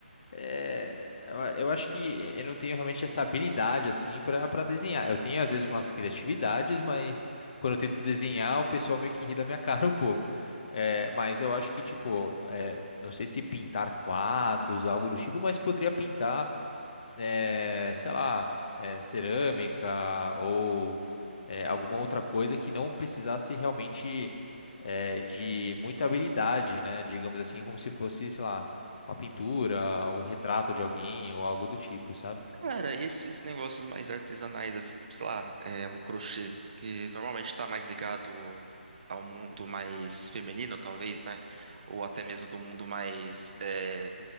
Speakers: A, on the left; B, on the right.
A: É, eu a- eu acho que eu não tenho realmente essa habilidade assim para para desenhar. Eu tenho às vezes umas criatividades, mas quando eu tento desenhar, o pessoal meio que ri da minha <laughs> cara um pouco. É, mas eu acho que, tipo, é, não sei se pintar quadros, algo do tipo, mas poderia pintar eh, sei lá, eh, cerâmica ou eh, alguma outra coisa que não precisasse realmente eh, de muita habilidade, né? Digamos assim, como se fosse, sei lá, uma pintura, um retrato de alguém ou algo do tipo, sabe?
B: Cara, esses negócios mais artesanais, assim, tipo, sei lá, é um crochê, que normalmente tá mais ligado ao mundo mais feminino, talvez, né? Ou até mesmo do mundo mais, é,